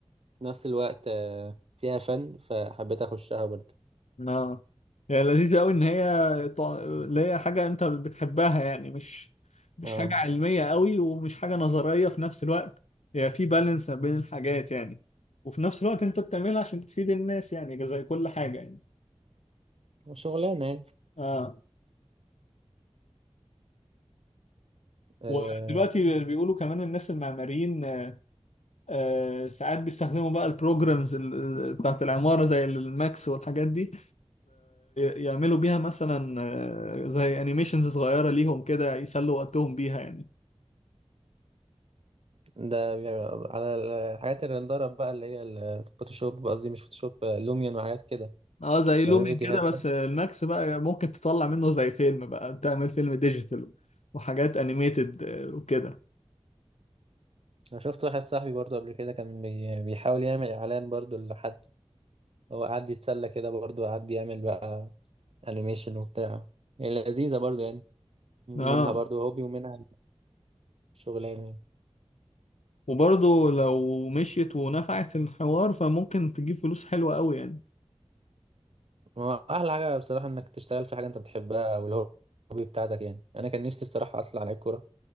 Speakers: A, on the right; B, on the left.
A: نفس الوقت آه، فيها فن فحبيت اخشها برضو
B: اه يعني لذيذ قوي ان هي طع- اللي هي حاجه انت بتحبها يعني مش مش
A: اه
B: حاجه علميه قوي ومش حاجه نظريه في نفس الوقت هي في بالانس بين الحاجات يعني وفي نفس الوقت انت بتعملها عشان تفيد الناس يعني زي كل حاجه يعني
A: شغلانة
B: اه
A: يعني
B: ودلوقتي بيقولوا كمان الناس المعماريين آه ساعات بيستخدموا بقى البروجرامز ال- بتاعت العماره زي الماكس والحاجات دي يعملوا بيها مثلا آه، زي انيميشنز صغيرة ليهم كده يسلوا وقتهم بيها يعني
A: ده بيبقى على الحاجات الرندرة بقى اللي هي الفوتوشوب قصدي مش فوتوشوب لوميون وحاجات كده
B: اه زي
A: بيعملوا
B: لومين
A: فيديوهات
B: كده بس
A: صح؟
B: الماكس بقى ممكن تطلع منه زي فيلم بقى تعمل فيلم ديجيتال وحاجات انيميتد وكده
A: أنا شفت واحد صاحبي برضو قبل كده كان بي- بيحاول يعمل إعلان برضو لحد هو قعد يتسلى كده برضو قعد يعمل بقى أنيميشن وبتاع يعني لذيذة برضو يعني منها
B: اه
A: برضو هوبي ومنها شغلانة يعني
B: وبرضه لو مشيت ونفعت الحوار فممكن تجيب فلوس حلوة قوي يعني
A: هو أحلى حاجة بصراحة إنك تشتغل في حاجة أنت بتحبها أو الهوبي بتاعتك يعني أنا كان نفسي بصراحة أطلع لعيب كورة